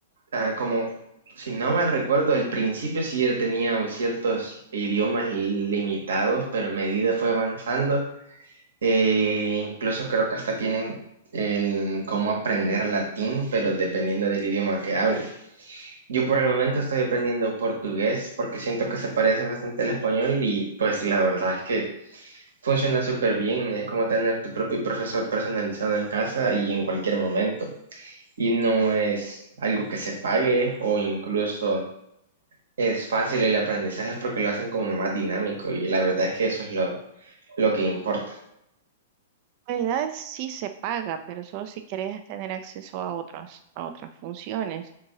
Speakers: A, on the right (about 75°); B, on the right (about 45°).
A: ah, como, si no mal recuerdo, al principio sí él tenía ciertos idiomas limitados, pero a medida fue avanzando. eh, incluso creo que hasta tienen el cómo aprender latín, pero dependiendo del idioma que hable. Yo por el momento estoy aprendiendo portugués porque siento que se parece bastante al español y pues la verdad es que funciona súper bien. Es como tener tu propio profesor personalizado en casa y en cualquier momento. Y no es algo que se pague o incluso es fácil el aprendizaje porque lo hacen como más dinámico y la verdad es que eso es lo, lo que importa.
B: En realidad sí se paga, pero solo si quieres tener acceso a otras, a otras funciones.